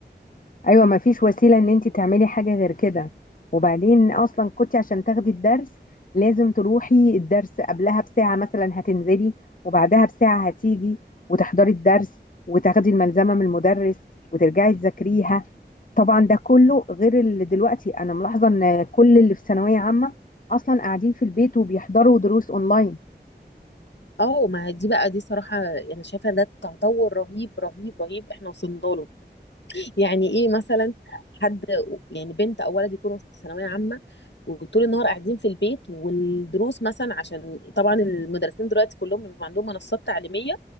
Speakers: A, on the left (about 50°); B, on the left (about 75°).
A: ايوه ما فيش وسيله ان انت تعملي حاجه غير كده وبعدين اصلا كنت عشان تاخدي الدرس لازم تروحي الدرس قبلها بساعه مثلا هتنزلي وبعدها بساعه هتيجي وتحضري الدرس وتاخدي الملزمه من المدرس وترجعي تذاكريها طبعا ده كله غير اللي دلوقتي انا ملاحظه ان كل اللي في ثانويه عامه اصلا قاعدين في البيت وبيحضروا دروس اونلاين
B: اه ما هي دي بقى دي صراحه انا يعني شايفه ده تطور رهيب رهيب رهيب احنا وصلنا له يعني ايه مثلا حد يعني بنت او ولد يكونوا في ثانويه عامه وطول النهار قاعدين في البيت والدروس مثلا عشان طبعا المدرسين دلوقتي كلهم بيبقى عندهم منصات تعليميه